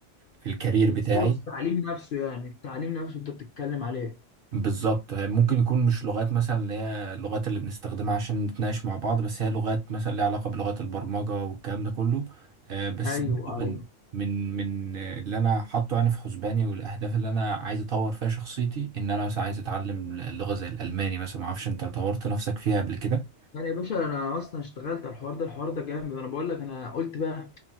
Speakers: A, on the right; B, on the left.
A: في الكارير
B: في
A: بتاعي
B: الكورس التعليم نفسه يعني التعليم نفسه انت بتتكلم عليه
A: بالظبط ممكن يكون مش لغات مثلا اللي هي اللغات اللي بنستخدمها عشان نتناقش مع بعض بس هي لغات مثلا ليها علاقة بلغات البرمجة والكلام ده كله آه، بس
B: ايوه
A: برضه
B: ايوه
A: من من من آه، اللي انا حاطه يعني في حسباني والاهداف اللي انا عايز اطور فيها شخصيتي ان انا مثلا عايز اتعلم لغة زي الالماني مثلا ما اعرفش انت طورت نفسك فيها قبل كده
B: يعني يا باشا انا اصلا اشتغلت على الحوار ده الحوار ده جامد انا بقول لك انا قلت بقى